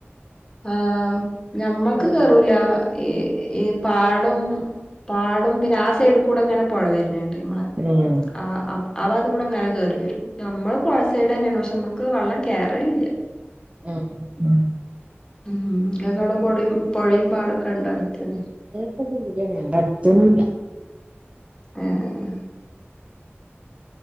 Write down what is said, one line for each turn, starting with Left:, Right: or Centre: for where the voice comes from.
Left: ആഹ് ഞമ്മക്ക്
Right: വെള്ളം
Left: കേറൂല
Right: കേറും
Left: ഈ ഈ പാടും പാടും പിന്നെ ആ സൈഡുകൂടെങ്ങനെ പുഴ വരുന്നുണ്ട് ഞമ്മളെ
Right: ഉം
Left: ആ അപ്പ ആഭാഗത്തുകൂടെങ്ങനെ കയറി വരും നമ്മളും പുഴ സൈഡന്നെയാണ് പക്ഷെ നമ്മുക്ക് വെള്ളം കേറലില്ല
Right: ഉം ഉം
Left: ഉം ങ്ങക്കവിടെ പൊടിം പൊഴിം പാടൊക്കെണ്ട അടുത്ത്
Right: ഓക്കെ ദൂരെയാണ് ഞങ്ങടെ അടുത്തൊന്നുല്ല
Left: ഏഹ്